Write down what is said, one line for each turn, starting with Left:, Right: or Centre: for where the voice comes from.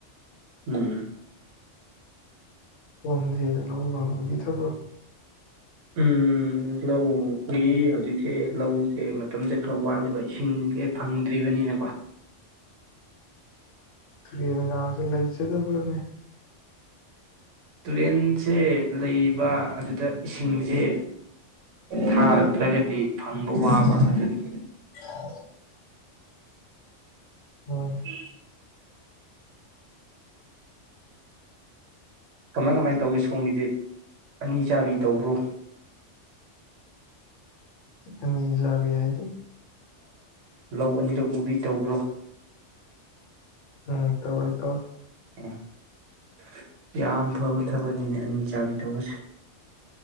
Right: ꯎꯝ
Left: ꯁꯣꯝꯗꯤ ꯂꯧꯒ ꯎꯕꯤꯗꯕ꯭ꯔꯣ
Right: ꯎꯝ ꯂꯧ ꯎꯏ ꯍꯧꯖꯤꯛꯁꯦ ꯂꯧꯖꯦ ꯃꯇꯝꯁꯦ ꯈꯔ ꯋꯥꯠꯂꯤꯕ ꯏꯁꯤꯡꯖꯦ ꯐꯪꯗ꯭ꯔꯤꯕꯅꯤꯅꯀꯣ
Left: ꯇꯨꯔꯦꯟꯒꯖꯦ ꯂꯩꯖꯗꯕ꯭ꯔꯥꯅꯦ
Right: ꯇꯨꯔꯦꯟꯁꯦ ꯂꯩꯕ ꯑꯗꯨꯗ ꯏꯁꯤꯡꯖꯦ ꯊꯥꯔꯛꯇ꯭ꯔꯒꯗꯤ ꯐꯪꯕ ꯋꯥꯕ ꯑꯗꯨꯒꯤ
Left: <inaudible> ꯎꯝ
Right: <inaudible> ꯀꯃꯥꯏ ꯀꯃꯥꯏꯅ ꯇꯧꯒꯦ ꯁꯣꯝꯒꯤꯗꯤ ꯑꯅꯤ ꯆꯥꯕꯤ ꯇꯧꯕ꯭ꯔꯣ
Left: ꯑꯅꯤ ꯆꯥꯕꯤ ꯍꯥꯏꯗꯤ
Right: ꯂꯧ ꯑꯅꯤꯔꯛ ꯎꯕꯤ ꯇꯧꯕ꯭ꯔꯣ
Left: ꯎꯝ ꯇꯧꯋꯦ ꯇꯧꯋꯦ
Right: ꯑꯣ ꯌꯥꯝ ꯐꯕ ꯊꯕꯛꯅꯤꯅꯦ ꯑꯅꯤ ꯆꯥꯕꯤ ꯇꯧꯕꯁꯦ